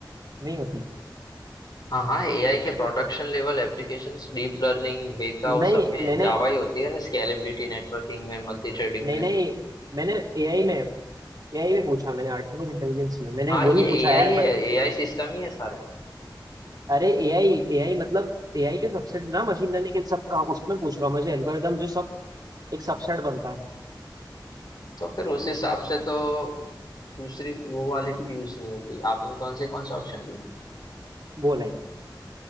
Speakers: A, on the right (about 50°); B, on the left (about 60°).
A: नहीं होती
B: हाँ हाँ एआई के production level applications deep learning Weka वो
A: नहीं
B: सब में
A: मैंने
B: जावा ही होती है ना स्केलेबिलिटी नेटवर्किंग में मल्टी थ्रेडिंग
A: नहीं
B: में
A: नहीं मैंने एआई में एआई में पूछा मैंने आर्टिफिशियल इंटेलिजेंस में मैंने
B: हाँ
A: वो नहीं
B: ये
A: पूछा
B: एआई
A: ऐप
B: है
A: पर
B: एआई सिस्टम ही है सारे
A: अरे एआई एआई मतलब एआई के सबसेट ना मशीन लर्निंग इन सब का उसमें पूछ रहा हूँ मुझे एल्गोरिदम जो सब एक सबसेट बनता है
B: तो फिर उस हिसाब से तो दूसरी वो वाली भी यूज नहीं होगी आपने कौन से कौन से ऑप्शन दिए
A: वो लाइन